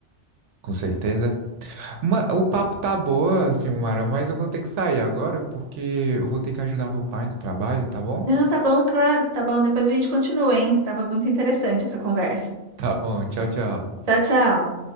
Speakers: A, on the right; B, on the right.
A: com certeza. Ma- o papo tá boa, Silmara, mas eu vou ter que sair agora porque eu vou ter que ajudar meu pai no trabalho, tá bom? <laughs>
B: Não, tá bom, claro, tá bom. Depois a gente continua, hein? Tava muito interessante essa conversa.
A: Tá bom, tchau, tchau.
B: Tchau, tchau.